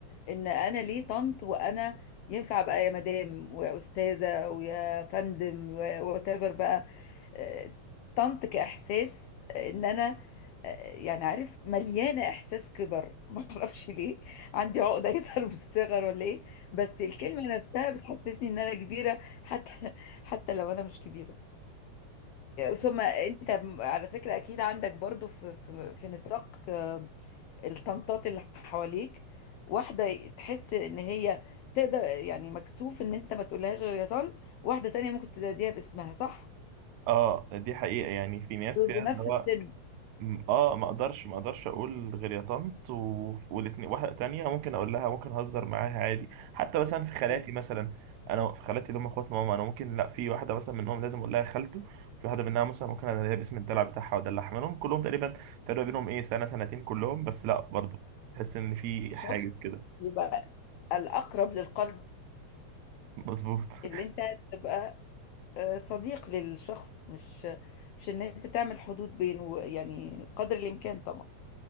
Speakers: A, on the left (about 80°); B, on the right (about 80°).
A: ان انا ليه طنط وانا ينفع بقى يا مدام ويا استاذه ويا فندم وات ايفر بقى آه، طنط كاحساس آه، ان انا آه، يعني عارف مليانه احساس كبر <laughs> ما اعرفش ليه عندي عقده يظهر من الصغر ولا ايه بس الكلمه نفسها بتحسسني ان انا كبيره حتى حتى لو انا مش كبيره ثم انت على فكرة اكيد عندك برضو في في, في نطاق آه، الطنطات اللي حواليك واحدة تحس ان هي تقدر يعني مكسوف ان انت ما تقولهاش غير يا طنط واحدة تانية ممكن تناديها باسمها صح
B: اه دي حقيقة يعني في ناس
A: ويبقوا
B: يعني
A: نفس
B: اللي هو
A: السن
B: م- اه ما اقدرش ما اقدرش اقول غير يا طنط و... والاتنين واحده تانية ممكن اقول لها ممكن اهزر معاها عادي حتى مثلا في خالاتي
A: آه،
B: مثلا انا في خالاتي اللي هم اخوات ماما انا ممكن لا في واحده مثلا منهم لازم اقول لها خالته في واحده منها مثلا ممكن انا ليا باسم الدلع بتاعها وادلعها منهم كلهم تقريبا فرق بينهم ايه سنه سنتين كلهم بس لا برضه تحس ان في
A: شفت
B: حاجه كده
A: يبقى الاقرب للقلب
B: مظبوط <laughs>
A: اللي انت تبقى آه، صديق للشخص مش مش ان انت تعمل حدود بينه يعني قدر الامكان طبعا